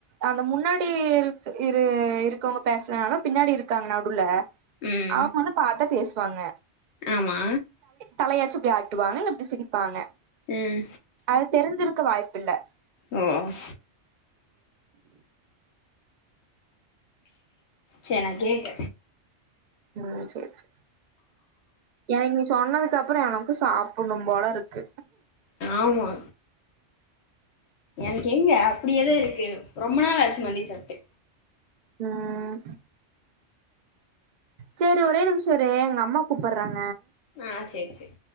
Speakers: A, on the right; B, on the left.
A: அந்த முன்னாடி இரு இருக்கவங்க பேசலனாலும் பின்னாடி இருக்காங்க நடுல
B: ம்
A: அவ வந்து பத்தா பேசு ப்பாங்க
B: ஆமா
A: தலையாச்சி இப்படி ஆட்டுவாங்க சிரிப்பாங்க
B: ம்
A: அத தெரிஞ்சிருப் க்க வாய்ப்பு இல்ல
B: உஹ் செரி நான் கேட்ட
A: உம் செரி செரி எனக்கு நீ சொன்னதுக்கு அப்புறம் எனக்கு சாப்பிடும் போல இருக்கு
B: ஆமா எனக்கு எங்க அப்படியேத இருக்கு ரொம்ப நாள் ஆச்சு மந்தி சாப்ட்டு
A: ம் செரி ஒரே நிமிஷம் இரே எங்க அம்மா கூப்பிடடுறாங்க
B: ஆஹ் செரி செரி